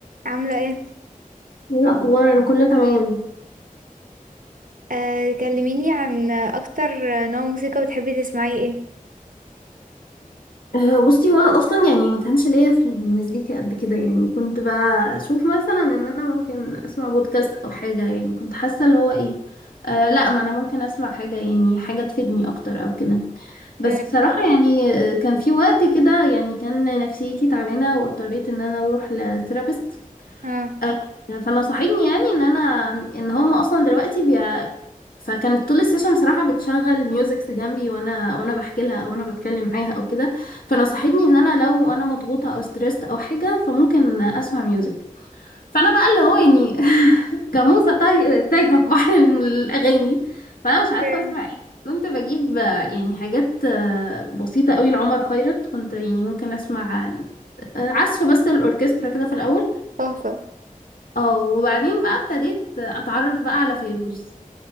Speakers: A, on the right (about 70°); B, on the left (about 85°).
A: عاملة ايه؟
B: ايه الاخبار انا كله تمام
A: آه، كلميني عن اكتر نوع موسيقى بتحبي تسمعيه ايه؟
B: أه بصي وانا اصلا يعني ما كانش ليا في المزيكا قد كده يعني كنت بشوف مثلا ان انا ممكن اسمع بودكاست او حاجه يعني كنت حاسه اللي هو ايه أه لا ما انا ممكن اسمع حاجه يعني حاجه تفيدني اكتر او كده بس
A: اوكي.
B: بصراحه يعني آه، كان في وقت كده يعني كان نفسيتي تعبانه واضطريت ان انا اروح لثيرابيست
A: اه
B: آه، فنصحتني يعني ان انا ان هم اصلا دلوقتي بي... فكانت طول السيشن بصراحه بتشغل ميوزكس جنبي وانا وانا بحكي لها او انا بتكلم معاها او كده فنصحتني ان انا لو انا مضغوطه او ستريسد او حاجه فممكن اسمع ميوزك فانا بقى اللي هو يعني <laughs> كموسه تايه تايهة في بحر الاغاني فانا
A: اوكي.
B: مش عارفه اسمع ايه كنت بجيب آه، يعني حاجات آه، بسيطه قوي لعمر خيرت كنت يعني ممكن اسمع آه، عزف بس الاوركسترا كده في الاول
A: تحفة
B: اه وبعدين بقى ابتديت اتعرف بقى على فيروز